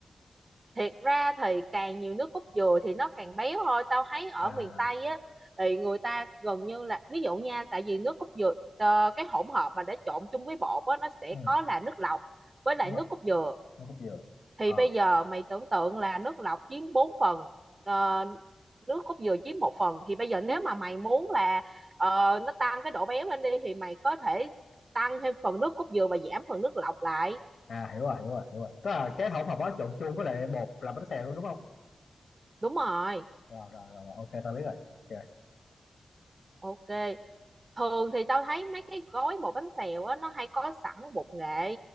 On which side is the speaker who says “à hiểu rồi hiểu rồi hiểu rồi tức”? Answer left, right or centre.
Left